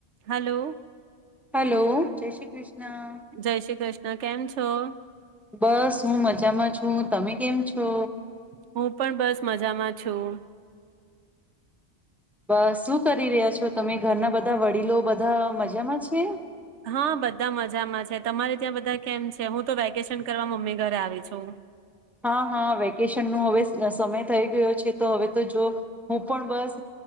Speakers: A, on the right; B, in the centre.
A: Hello.
B: Hello જય શ્રી કૃષ્ણ.
A: જય શ્રી કૃષ્ણ કેમ છો?
B: બસ હું મજામાં છું તમે કેમ છો?
A: હું પણ બસ મજામાં છું.
B: બસ શું કરી રહ્યા છો તમે? ઘરના બધા વડીલો બધા મજામાં છે?
A: હા બધા મજામાં છે તમારે ત્યાં બધા કેમ છે હું તો વેકેશન કરવા મમ્મી ઘરે આવી છું?
B: હા હા વેકેશન ન હવે સમય થઈ ગયો છે તો હવે તો જો હું પણ બસ